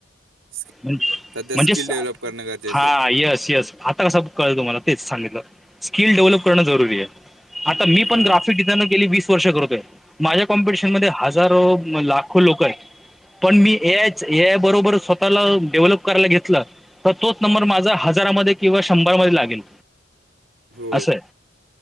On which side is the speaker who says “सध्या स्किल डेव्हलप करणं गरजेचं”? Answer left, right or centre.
Right